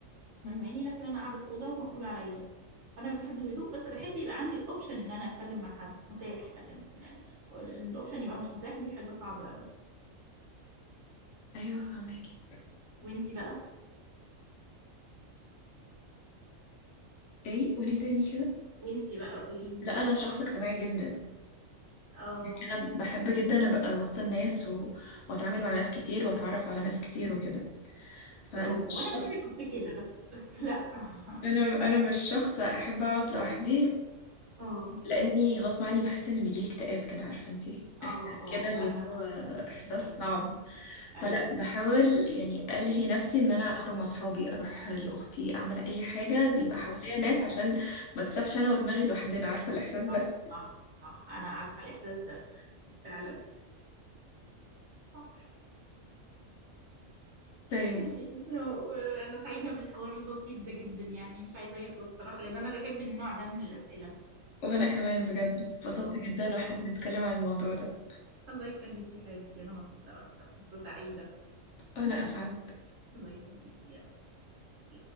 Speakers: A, on the left; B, on the right.
A: مم.
B: فاهماني لكن انا قاعده في اوضه ومقفوله عليا فانا بحب الهدوء بس بحب يبقى عندي اوبشن ان انا اتكلم مع حد متاح لكن إن الاوبشن يبقى مش متاح دي حاجه صعبه قوي
A: ايوه فهماكي
B: وانتي بقى
A: ايه قولي تاني كده
B: وانتي بقى قولي لي
A: لا انا شخص اجتماعي جدا
B: اه
A: يعني انا بحب جدا ابقى وسط الناس و... واتعامل مع ناس كتير واتعرف على ناس كتير وكده
B: برافو
A: فانا مش
B: وانا في
A: شخص
B: سنك كنت كده بس بس لا <laughs>
A: انا انا مش شخص احب اقعد لوحدي
B: اه
A: لاني غصب عني بحس ان بيجيلي اكتئاب كده عارفه انتي
B: اه
A: احساس
B: اه
A: كده اللي
B: انا حسيت
A: هو
B: بكده
A: احساس
B: ايوه
A: صعب فلا
B: ايوه
A: بحاول يعني الهي نفسي ان انا اخرج مع اصحابي اروح لاختي اعمل اي حاجه يبقى
B: اه
A: حواليا ناس
B: آه.
A: عشان ما تسابش انا ودماغي لوحدنا عارفه الاحساس ده
B: صح صح صح انا عارفه الاحساس ده فعلا صح
A: طيب
B: ماشي إسراء أنا سعيدة بالحوار اللطيف ده جدا يعني مش عايزة يخلص صراحة لأن أنا بحب النوع ده من الأسئلة
A: وانا كمان بجد اتبسطت
B: اه
A: جدا واحنا
B: اه
A: بنتكلم عن الموضوع ده
B: الله يخليكي يا حبيبتي انا مبسوطة اكتر فرصة سعيدة
A: وانا اسعد
B: الله يخليكي يا رب